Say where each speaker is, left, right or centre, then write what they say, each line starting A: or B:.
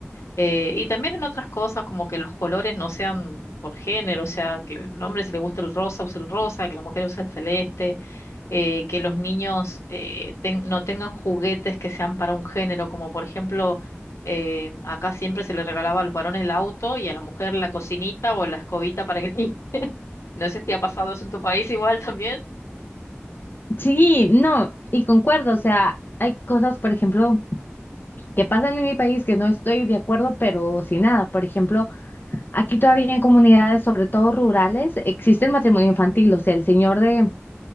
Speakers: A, on the left; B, on the left.
A: Eh, y también en otras cosas, como que los colores no sean por género, o sea, que el hombre si le gusta el rosa use el rosa, que la mujer use el celeste eh, que los niños eh, ten- no tengan juguetes que sean para un género, como por ejemplo, eh, acá siempre se le regalaba a los varones el auto y a la mujer la cocinita o la escobita para que... <laughs> No sé si ha pasado eso en tu país igual también.
B: Sí, no, y concuerdo, o sea, hay cosas, por ejemplo, que pasan en mi país que no estoy de acuerdo, pero sin nada. Por ejemplo, aquí todavía en comunidades, sobre todo rurales, existe el matrimonio infantil, o sea, el señor de